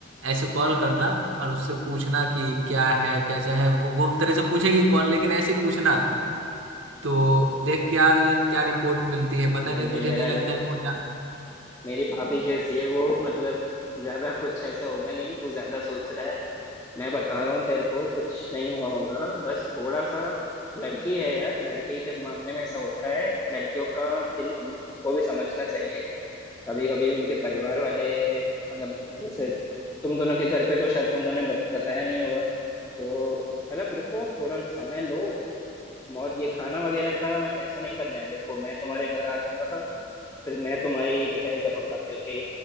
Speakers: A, on the right; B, on the left.
A: ऐसे कॉल करना और उससे पूछना कि क्या है कैसा है वो वो तेरे से पूछेगी कौन लेकिन ऐसे ही पूछना तो देख यार यार क्या रिपोर्ट मिलती है पता
B: अरे
A: नहीं मुझे
B: यार
A: नहीं लगता है वो
B: मेरी भाभी जैसी है वो मतलब ज्यादा कुछ ऐसे होगा नहीं तू ज्यादा सोच रहा है मैं बता रहा हूँ तेरे को कुछ नहीं हुआ होगा बस थोड़ा सा लड़की है यार लड़की के मामले में ऐसा होता है लड़कियों का दिल हम हमको भी समझना चाहिए कभी कभी उनके परिवार वाले मतलब जैसे तुम दोनों के घर पे तो शायद तुम दोनों ने बत, बताया नहीं होगा तो मतलब रुको थोड़ा समय लो और ये खाना वगैरह का ऐसा नहीं करना है देखो मैं तुम्हारे घर आ जाऊंगा फिर मैं तुम्हारी पिटाई करूंगा क्योंकि